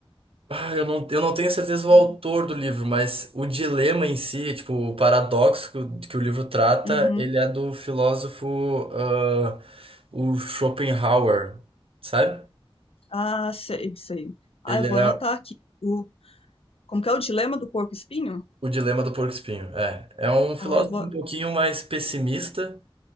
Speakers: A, on the right; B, on the left.
A: Ah, eu não, eu não tenho certeza do
B: Hum,
A: autor do livro, mas o dilema em si, tipo, o paradoxo que o, que o livro trata,
B: Uhum.
A: ele é do filósofo, ah, o Schopenhauer, sabe?
B: Ah, sei, sei. Ah,
A: Ele
B: eu
A: é
B: vou anotar aqui. O, como que é o dilema do porco-espinho?
A: o dilema do porco-espinho. É, é um filósofo
B: Ah, eu vou.
A: um pouquinho mais pessimista,